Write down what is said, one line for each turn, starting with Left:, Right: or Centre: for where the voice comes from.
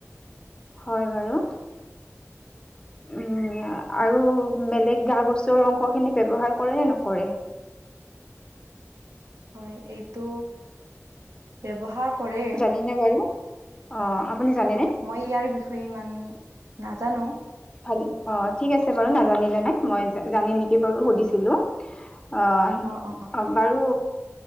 Left: হয় বাৰু। উম। আৰু বেলেগ গা গছৰ অংশ খিনি ব্যৱহাৰ কৰে নে নকৰে।
Right: হয়, এইটো ব্যৱহাৰ কৰে
Left: জানিনে বাৰু অ, আপুনি জানেনে
Right: মই ইয়াৰ বিষয়ে ইমান নাজানো।
Left: ভাল অ, ঠিক আছে বাৰু নাজানিলে নাই মই জানি নেকি বাৰু সুধিছিলো। অ-অবাৰু
Right: অ অ